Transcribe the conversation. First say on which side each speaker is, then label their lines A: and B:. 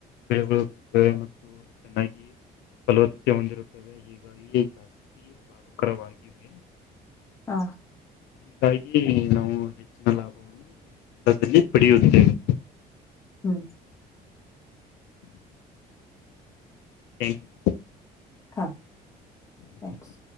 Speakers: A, on the left; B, on the left.
A: ಬೆಳೆ ಬರುತ್ತವೆ ಮತ್ತು ಚೆನ್ನಾಗಿ ಫಲವತ್ತತೆ ಹೊಂದಿರುತ್ತವೆ ಹೀಗಾಗಿ ಲಾಭಕರವಿದೆ
B: ಹಾ
A: ಹೀಗಾಗಿ ನಾವು ಹೆಚ್ಚಿನ ಲಾಭವನ್ನು ಸ್ಳದಲ್ಲಿ ಪಡೆಯುತ್ತೇವೆ
B: ಹ್ಮ್
A: ತ್ಯಾಂಕ್ ಯು
B: ಹಾ ಕ್ಸ್